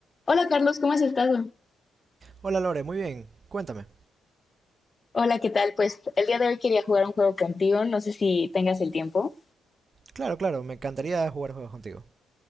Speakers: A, on the left; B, on the right.
A: Hola Carlos, ¿cómo has estado?
B: Hola Lore, muy bien. Cuéntame.
A: Hola, ¿qué tal? Pues el día de hoy quería jugar un juego contigo, no sé si tengas el tiempo.
B: Claro, claro, me encantaría jugar juegos contigo.